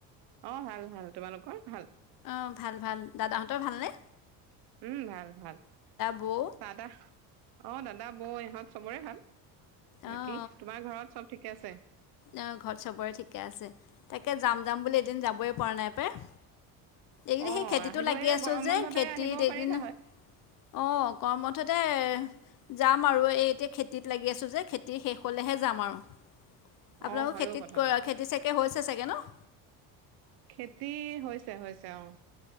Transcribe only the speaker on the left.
অ ভাল ভাল। দাদাহঁতৰ ভাল নে?
বৌ
অঁ
অ ঘৰত চবৰে ঠিকে আছে। তাকে যাম যাম বুলি এদিন যাবই পৰা নাই পাই। এইকেইদিন
সেই খেতিটো
লাগি
আছো
যে
খেতিত
এইকেইদিন
অহ গৰম বন্ধতে যাম আৰু এই এতিয়া খেতিত লাগি আছো যে খেতি শেষ হ'লেহে যাম আৰু। আপোনালোকৰ
খেতিত
খেতি চাগে হৈছে চাগে ন?